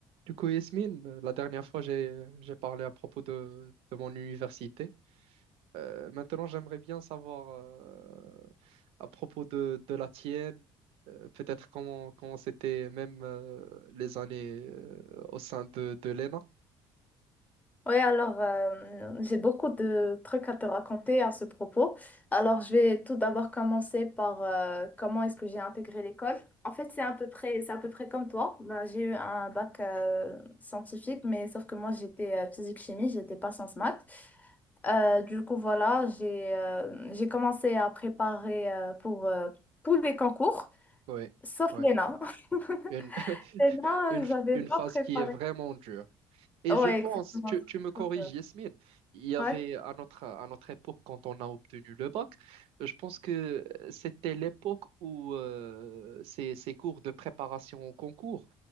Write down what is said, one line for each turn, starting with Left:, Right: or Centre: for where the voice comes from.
Right: Du coup, Yasmine, euh, la dernière fois, j'ai, j'ai parlé à propos de, de mon université. Euh, maintenant, j'aimerais bien savoir euh, à propos de, de la tienne, euh, peut-être comment, comment c'était même euh, les années euh, au sein de, de l'ENA.
Left: Oui, alors euh, j'ai beaucoup de trucs à te raconter à ce propos. Alors je vais tout d'abord commencer par euh, comment est-ce que j'ai intégré l'école. En fait, c'est à peu près, c'est à peu près comme toi. Ben, j'ai eu un bac euh, scientifique, mais sauf que moi j'étais physique-chimie, j'étais pas sciences maths. Euh, du coup, voilà, j'ai euh, j'ai commencé à préparer euh, pour euh, tous les concours,
Right: Oui,
Left: sauf
Right: oui.
Left: l'ENA. <laughs>
Right: Une, <laughs>
Left: L'ENA,
Right: une,
Left: euh, j'avais
Right: une
Left: pas
Right: phase
Left: préparé.
Right: qui est vraiment dure. Et
Left: Ouais,
Right: je pense,
Left: exactement.
Right: tu, tu
Left: c'est
Right: me corriges,
Left: trop dur.
Right: Yasmine, il y avait
Left: Ouais.
Right: à notre, à notre époque, quand on a obtenu le bac, je pense que c'était l'époque où euh, ces, ces cours de préparation au concours,